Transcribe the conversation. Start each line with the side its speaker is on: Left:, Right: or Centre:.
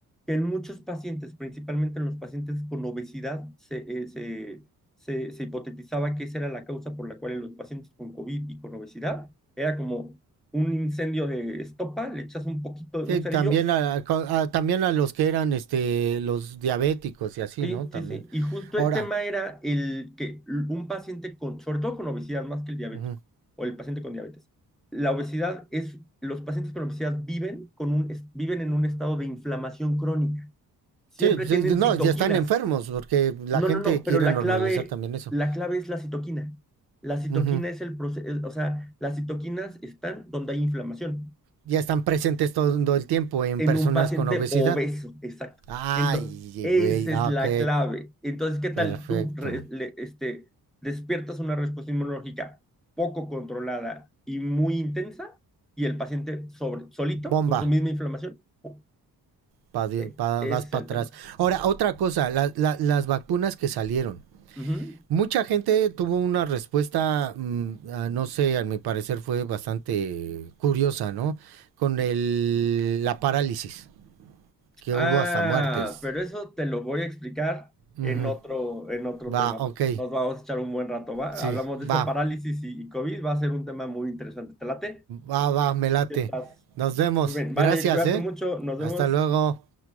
Centre: que en muchos pacientes, principalmente en los pacientes con obesidad, se, eh, se, se, se hipotetizaba que esa era la causa por la cual en los pacientes con COVID y con obesidad era como un incendio de estopa, le echas un poquito,
Right: Sí,
Centre: un cerillo
Right: también a, a- también a los que eran este los diabéticos y así,
Centre: Sí,
Right: ¿no? También.
Centre: sí, sí. Y justo
Right: Ahora,
Centre: el tema era el que un paciente con, sobre todo con obesidad, más que el diabético
Right: ujú.
Centre: o el paciente con diabetes. La obesidad es, los pacientes con obesidad viven con un, es- viven en un estado de inflamación crónica. Siempre
Right: Sí, pues,
Centre: tienen
Right: es- no,
Centre: citoquinas.
Right: ya están enfermos porque la
Centre: No,
Right: gente
Centre: no, no,
Right: quiere
Centre: pero la
Right: normalizar
Centre: clave,
Right: también eso.
Centre: la clave es la citoquina. La citoquina
Right: Ujú.
Centre: es el proceso, o sea, las citoquinas están donde hay inflamación.
Right: Ya están presentes todo el tiempo en
Centre: en
Right: personas
Centre: un paciente
Right: con obesidad.
Centre: obeso, exacto.
Right: Ay,
Centre: Entonces, esa
Right: güey, ah,
Centre: es la
Right: ok,
Centre: clave. Entonces, ¿qué tal
Right: perfecto.
Centre: tú re- le- este, despiertas una respuesta inmunológica poco controlada y muy intensa y el paciente sobre, solito
Right: Bomba,
Centre: con su misma inflamación? Oh,
Right: pa di-
Centre: eh,
Right: pa-
Centre: ese
Right: vas
Centre: es
Right: para
Centre: el
Right: atrás.
Centre: tema.
Right: Ahora, otra cosa, la- la- las vacunas que salieron.
Centre: Ujú.
Right: Mucha gente tuvo una respuesta, mm, a- no sé, a mi parecer fue bastante curiosa, ¿no? Con el, la parálisis, que
Centre: Ah,
Right: hubo hasta muertes.
Centre: pero eso te lo voy a explicar
Right: Ujú.
Centre: en otro, en otro tema,
Right: Va,
Centre: porque
Right: ok,
Centre: nos vamos a echar un buen rato, ¿va?
Right: sí,
Centre: Hablamos de eso,
Right: va,
Centre: parálisis y, y COVID, va a ser un tema muy interesante. ¿Te late?
Right: va, va, me late.
Centre: Ya estás.
Right: Nos vemos,
Centre: Muy bien,
Right: gracias,
Centre: vale, cuídate
Right: ¿eh?
Centre: mucho, nos
Right: Hasta
Centre: vemos.
Right: luego.